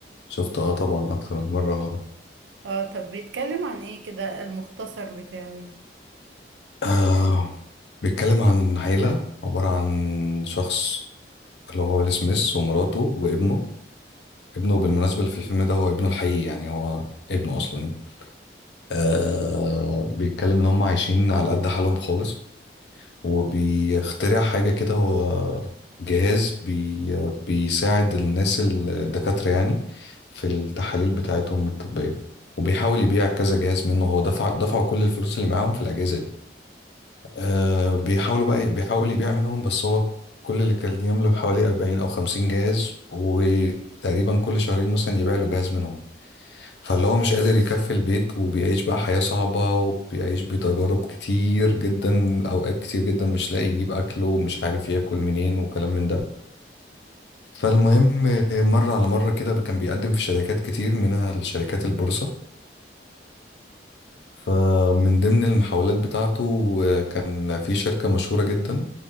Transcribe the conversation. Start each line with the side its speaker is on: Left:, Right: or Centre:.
Left: شفته أه طبعا أكتر من مرة
Right: اه طب بيتكلم عن ايه كده المختصر بتاعه يعني
Left: آه، بيتكلم عن عيلة عبارة عن شخص اللي هو ويل سميث ومراته وابنه ابنه بالمناسبة اللي في الفيلم ده هو ابنه الحقيقي يعني هو ابنه أصلا يعني آه بيتكلم إن هم عايشين على قد حالهم خالص وبيخترع حاجة كده هو جهاز بي بيساعد الناس ال- الدكاترة يعني في التحاليل بتاعتهم الطبية وبيحاول يبيع كذا جهاز منه هو دفع دفعوا كل الفلوس اللي معاهم في الأجهزة دي آه بيحاولوا بقى بيحاول يبيع منهم بس هو كل اللي كان يملك حوالي 40 او 50 جهاز وتقريبا كل شهرين مثلا يبيع له جهاز منهم فاللي هو مش قادر يكفي البيت وبيعيش بقى حياة صعبة وبيعيش بتجارب كتير جدا اوقات كتير جدا مش لاقي يجيب اكله ومش عارف ياكل منين وكلام من ده فالمهم آه، مرة على مرة كده كان بيقدم في شركات كتير منها الشركات البورصة فمن ضمن المحاولات بتاعته آه، كان في شركة مشهورة جدا